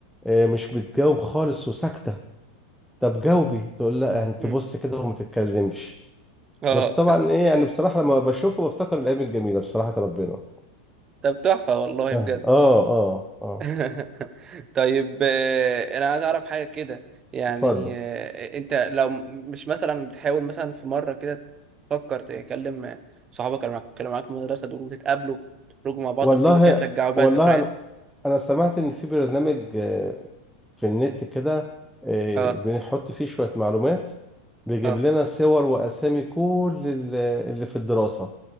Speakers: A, in the centre; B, on the right (about 30°).
A: آه، مش بتجاوب خالص وساكته طب جاوبي تقول لا يعني تبص
B: أمم.
A: كده وما تتكلمش
B: اه
A: بس طبعا ايه يعني بصراحه لما بشوفه بفتكر الايام الجميله بصراحه ربنا
B: <laughs> طب تحفة والله
A: اه
B: بجد
A: اه اه اه
B: <laughs> طيب آه، انا عايز اعرف حاجة كده يعني
A: اتفضل
B: آه، انت لو م- مش مثلا بتحاول مثلا في مرة كده تفكر تكلم آه، صحابك اللي معاك- كانوا معاك في المدرسة دول وتتقابلوا تخرجوا مع بعض
A: والله
B: خروجة كده ترجعوا بيها
A: والله
B: ذكريات
A: انا انا سمعت ان في برنامج آه، في النت كده آه،
B: اه
A: بنحط فيه شوية معلومات بيجيب
B: اه
A: لنا صور واسامي كل ال- اللي في الدراسة